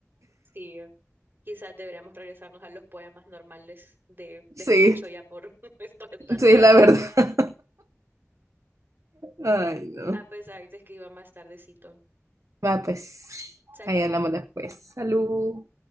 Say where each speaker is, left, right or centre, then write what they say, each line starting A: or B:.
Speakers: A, on the right (about 45°); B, on the right (about 80°).
A: sí. Quizás deberíamos regresarnos a los poemas normales de despecho
B: Sí,
A: y amor. <laughs> Esto es tan
B: sí,
A: raro.
B: la verdad. <laughs> Ay,
A: Va,
B: no.
A: a pesar de que iba más tardecito.
B: Va, pues,
A: Salud.
B: ahí hablamos después. Salud.